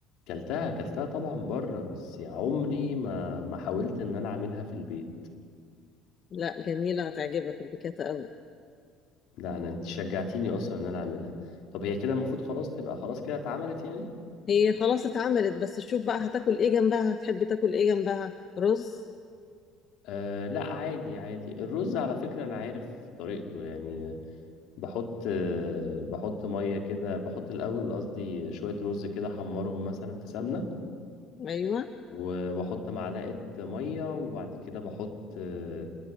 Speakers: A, on the left; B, on the left.
A: كلتها كلتها طبعا بره بس يا عمري ما ما حاولت ان انا اعملها في البيت
B: لا جميلة هتعجبك البيكاتا قوي
A: لا انا انت شجعتيني اصلا ان انا اعملها طب هي كده المفروض خلاص تبقى خلاص كده اتعملت يعني
B: هي خلاص اتعملت بس شوف بقى هتاكل ايه جنبها هتحب تاكل ايه جنبها رز
A: أه لا عادي عادي الرز على فكرة أنا عارف طريقته يعني بحط أه بحط مية كده بحط الأول قصدي شوية رز كده أحمرهم مثلا في سمنة
B: ايوه
A: و- وأحط معلقة مية وبعد كده بحط أه،